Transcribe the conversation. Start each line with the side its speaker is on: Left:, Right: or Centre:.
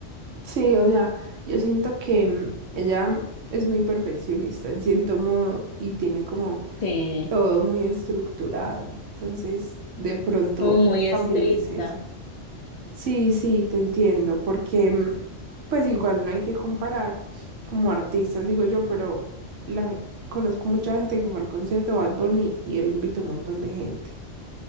Right: Sí, o sea, yo siento que mm, ella mm, es muy perfeccionista en cierto modo y tiene como
Left: Sí,
Right: todo muy estructurado. Entonces, de pronto
Left: como muy estricta.
Right: también es eso. Sí, sí, te entiendo, porque mm, pues igual no hay que comparar como artistas, digo yo, pero la, conozco mucha gente que fue al concierto de Bad Bunny y él invitó un montón de gente.